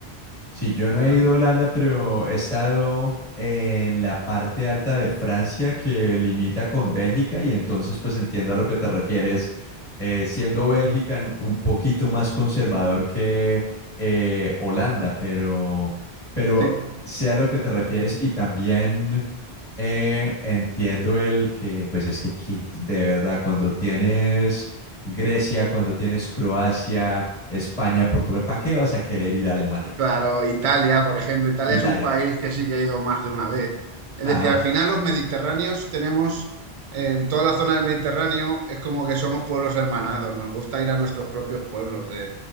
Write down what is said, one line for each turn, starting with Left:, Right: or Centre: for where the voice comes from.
Left: Sí, yo no he
Right: <laughs>
Left: ido a Holanda, pero he estado en la parte alta de Francia que limita con Bélgica y entonces pues entiendo a lo que te refieres, eh, siendo Bélgica n- un poquito más conservador que eh, Holanda, pero, pero
Right: Sí.
Left: sé a lo que te refieres y también eh, entiendo el que pues es que aquí, de verdad, cuando tienes Grecia, cuando tienes Croacia, España, Portugal, ¿para qué vas a querer ir a Alemania?
Right: Claro, Italia,
Left: Sí.
Right: por ejemplo, Italia
Left: Italia.
Right: es un país que sí que he ido más de una vez. Es
Left: Ajá.
Right: decir, al final los mediterráneos tenemos, en toda la zona del Mediterráneo es como que somos pueblos hermanados, nos gusta ir a nuestros propios pueblos. de-